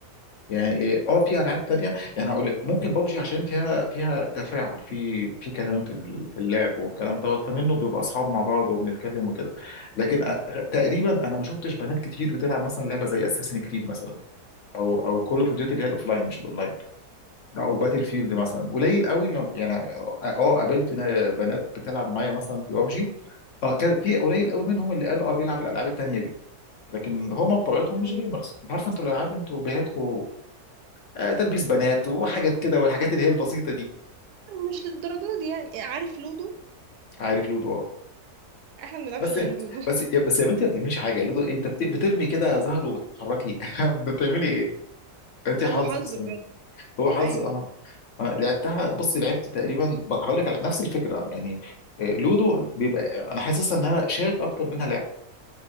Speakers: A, on the left; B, on the right.
A: يعني إيه، اه في العاب تانية يعني هقول لك ممكن بابجي عشان فيها فيها تفاعل في في كلام في ال- في اللعب والكلام دوت فمنه بيبقى اصحاب مع بعض وبنتكلم وكده لكن أ- تقريبا انا ما شفتش بنات كتير بتلعب مثلا لعبه زي اساسن كريد مثلا او او كول اوف ديوتي اللي هي الاوفلاين مش الاونلاين لا، او باتل فيلد مثلا قليل قوي لم- يعني اه قابلت نا- بنات بتلعب معايا مثلا في بابجي اه كان في قليل قوي منهم اللي قال اه بيلعب الالعاب التانية دي لكن هما بطبيعتهم
B: ايوه
A: مش جيمرز انت عارف انتوا الالعاب انتوا بيهاتكم آه، تلبيس بنات وحاجات كده والحاجات اللي هي البسيطه دي
B: مش للدرجه دي يعني عارف لودو
A: عارف لودو اه
B: احنا ما بنلعبش
A: بس
B: غير لودو
A: بس يا بس يا بنتي ما بتعملش حاجه لودو إيه، انت بت- بترمي كده زهر وبتتحركي <laughs> انت بتعملي ايه انت
B: <laughs>
A: حظ
B: هو حظ
A: مثلا
B: بجد
A: هو حظ
B: ايوه
A: اه آه، لعبتها بص لعبت تقريبا ب- هقول لك على نفس الفكره يعني آه، لودو بيبقى انا حاسسها انها شات اكتر منها لعب